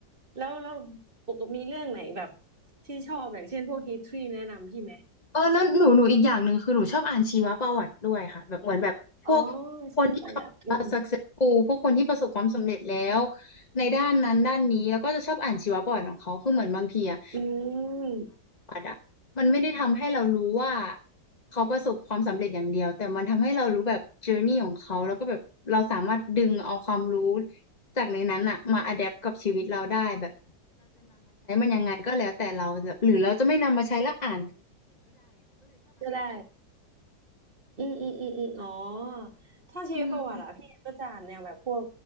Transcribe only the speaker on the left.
เออแล้วหนูหนูอีกอย่างหนึ่งคือหนูชอบอ่านชีวประวัติด้วยค่ะแบบเหมือนแบบพวก
คนที่ท็อปกูพวกคนที่ประสบความสำเร็จแล้วในด้านนั้นด้านนี้แล้วก็จะชอบอ่านชีวประวัติของเขาคือเหมือนบางทีอะ
ประวัติอะมันไม่ได้ทำให้เรารู้ว่าเขาประสบความสำเร็จอย่างเดียวแต่มันทำให้เรารู้แบบ journey ของเขาแล้วก็แบบเราสามารถดึงเอาความรู้จากในนั้นอะมา adapt กับชีวิตเราได้แบบ ไงก็แล้วแต่เราแบบหรือเราจะไม่นำมาใช้ละอ่ะ
อืม